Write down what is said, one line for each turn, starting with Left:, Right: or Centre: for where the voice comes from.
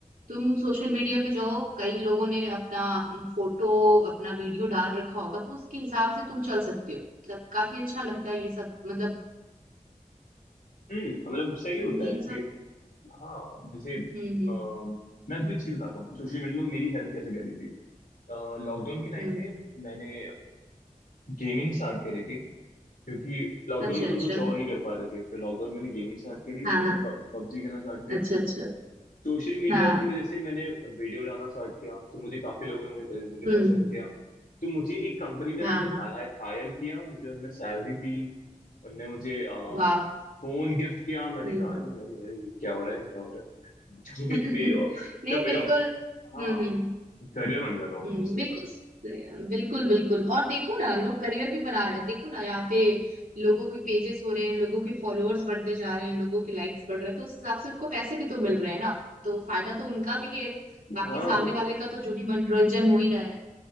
Right: तुम सोशल मीडिया पे जाओ कई लोगों ने अपना फोटो अपना वीडियो डाल रखा होगा तो उसके हिसाब से तुम चल सकते हो मतलब काफी अच्छा लगता है ये सब मतलब
Left: हम्म मतलब सही
Right: हम्म,
Left: होता है
Right: इन
Left: कि
Right: सब
Left: हाँ जैसे अम,
Right: हम्म हम्म
Left: मैं तुम्हें एक चीज बताता हूँ सोशल मीडिया ने मेरी हेल्प कैसे करी थी लॉकडाउन के टाइम
Right: हम्म
Left: पे मैंने गेमिंग स्टार्ट करी थी क्योंकि लॉकडाउन
Right: अच्छा
Left: में
Right: अच्छा
Left: तुम कुछ और नहीं कर पा रहे थे तो लॉकडाउन में मैंने गेमिंग स्टार्ट करी
Right: हाँ
Left: मैंने
Right: हाँ
Left: पबजी खेलना स्टार्ट किया
Right: अच्छा अच्छा
Left: सोशल मीडिया
Right: हाँ
Left: की वजह से मैंने वीडियो डालना स्टार्ट किया तो मुझे काफी लोगों ने मुझे मुझे
Right: हम्म
Left: पसंद किया तो मुझे एक कंपनी ने
Right: हाँ
Left: मुझे
Right: हाँ
Left: हायर किया मुझे उनने सैलरी दी उनने मुझे
Right: वाह
Left: फोन गिफ्ट किया मैंने
Right: हम्म
Left: कहा
Right: हम्म।
Left: अरे अरे अरे ये क्या हो रहा है क्या हो रहा है <laughs>
Right: <laughs>
Left: तो मेरी
Right: नहीं
Left: तो
Right: बिल्कुल
Left: मेरा हाँ
Right: हम्म हम्म
Left: करियर बन गया था ऑलमोस्ट
Right: हम्म, बिल्कुल
Left: इस बार
Right: स- बिल्कुल बिल्कुल और देखो ना लोग करियर भी बना रहे हैं देखो ना यहाँ पे लोगों के पेजेस हो रहे हैं लोगों के फॉलोअर्स बढ़ते जा रहे हैं लोगों के लाइक्स बढ़ रहे हैं तो उस हिसाब से उनको पैसे भी तो मिल रहे हैं ना तो फायदा तो उनका भी है बाकी
Left: हाँ
Right: सामने वाले का तो जो भी मनोरंजन हो ही रहा है